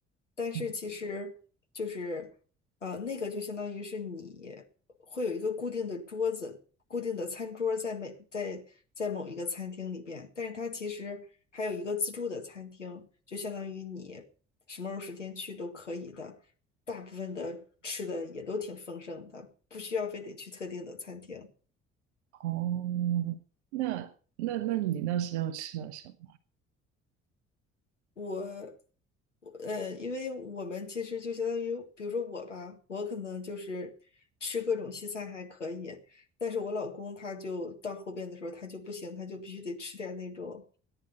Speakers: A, on the left; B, on the right.
A: 但是其实就是，
B: 嗯，
A: 呃，那个就相当于是你会有一个固定的桌子、固定的餐桌在每在在某一个餐厅里边，但是它其实还有一个自助的餐厅，就相当于你什么时候时间去都可以的，大部分的吃的也都挺丰盛的，不需要非得去特定的餐厅。
B: 哦，那那那你那时候吃了什么？
A: 我，我呃，因为我们其实就相当于，比如说我吧，我可能就是吃各种西餐还可以，但是我老公他就到后边的时候他就不行，他就必须得吃点那种